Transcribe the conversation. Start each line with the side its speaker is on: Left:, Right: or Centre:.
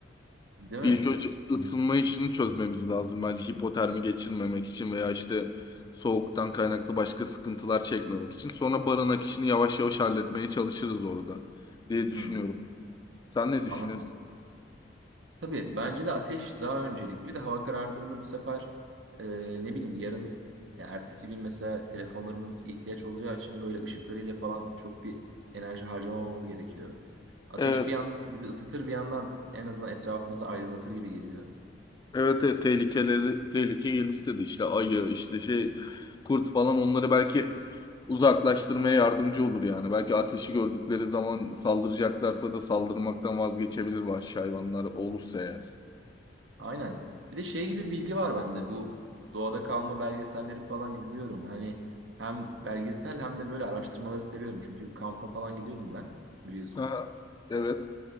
Right: değil
Left: İlk
Right: mi?
Left: önce ısınma işini çözmemiz lazım bence hipotermi geçirmemek için veya işte soğuktan kaynaklı başka sıkıntılar çekmemek için. Sonra barınak işini yavaş yavaş halletmeye çalışırız orada diye düşünüyorum.
Right: Hmm,
Left: Sen ne
Right: anladım.
Left: düşünüyorsun?
Right: Tabii bence de ateş daha öncelikli. Bir de hava karardığında bu sefer e, ne bileyim yarın ya ertesi gün mesela telefonlarımız ihtiyaç olacağı için böyle ışıklarıyla falan çok bir enerji harcamamamız gerekiyor. Ateş
Left: Evet.
Right: bir yandan bizi ısıtır bir yandan en azından etrafımızı aydınlatır gibi geliyor.
Left: Evet, evet tehlikeleri tehlike geldi istedi işte ayı işte şey kurt falan onları belki uzaklaştırmaya yardımcı olur yani. Belki ateşi gördükleri zaman saldıracaklarsa da saldırmaktan vazgeçebilir vahşi hayvanlar olursa eğer.
Right: Aynen. Bir de şey gibi bilgi var bende. Bu doğada kalma belgeselleri falan izliyorum. Hani hem belgesel hem de böyle araştırmaları seviyorum. Çünkü kampa falan gidiyordum ben biliyorsun.
Left: Aha, evet.